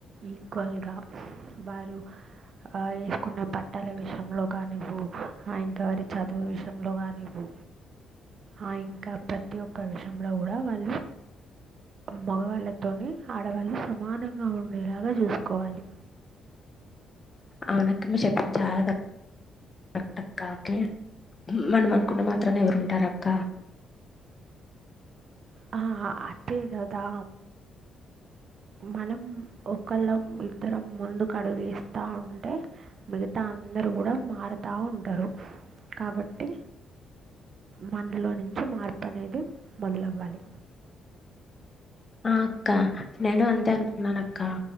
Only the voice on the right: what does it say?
ఈక్వల్గా వారు వేసుకున్న బట్టల విషయంలో కానివు ఆ ఇంకా వారి చదువు విషయంలో కానివ్వు, ఆ ఇంకా ప్రతి ఒక్క విషయంలో కూడా వాళ్ళు మగవాళ్ళతో ఆడవాళ్ళు సమానంగా ఉండేలాగా చూసుకోవాలి.
అ అదే కదా మనం ఒకళ్ళం ఇద్దరం ముందుకు అడుగేస్త ఉంటే, మిగతా అందరూ కూడా మారుతూ ఉంటారు, కాబట్టి మనలో నుంచి మార్పు అనేది మొదలవ్వాలి.